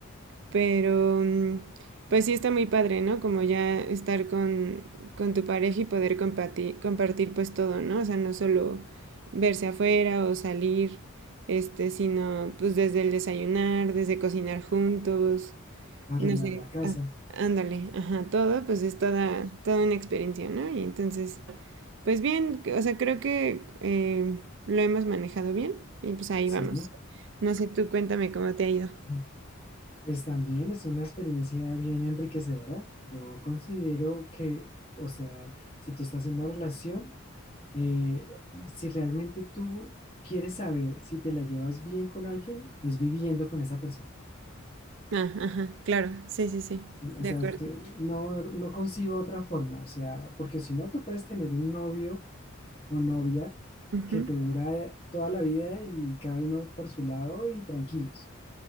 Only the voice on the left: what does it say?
Arreglar
la casa,
sí.
<clears throat> Pues también es una experiencia bien enriquecedora. Yo considero que, o sea, si tú estás en una relación, eh, si realmente tú quieres saber si te la llevas bien con alguien, es viviendo con esa persona.
Sí,
O sea,
es que no, no concibo otra forma. O sea, porque si no, tú puedes tener un novio o novia
que te dura eh, toda la vida y cada uno por su lado y tranquilos.